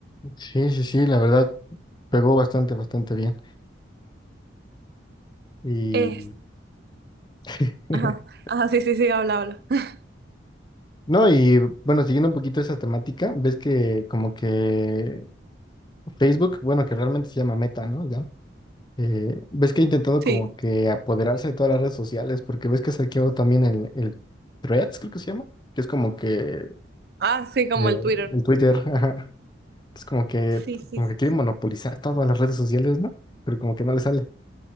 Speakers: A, on the left; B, on the right.
A: Sí, sí, sí, la verdad, pegó bastante, bastante bien. Y
B: Es,
A: <laughs>
B: ajá, ajá, sí, sí, sí, habla, habla. <laughs>
A: No, y bueno, siguiendo un poquito esa temática, ves que como que Facebook, bueno, que realmente se llama Meta, ¿no? Ya. eh, ves que ha intentado
B: Sí.
A: como que apoderarse de todas las redes sociales, porque ves que saqueó también el, el Threads, creo que se llama, que es como que
B: Ah, sí, como
A: eh,
B: el Twitter.
A: el Twitter, <laughs> ajá. Es como que,
B: Sí, sí,
A: como que quiere
B: sí.
A: monopolizar todas las redes sociales, ¿no? Pero como que no le sale.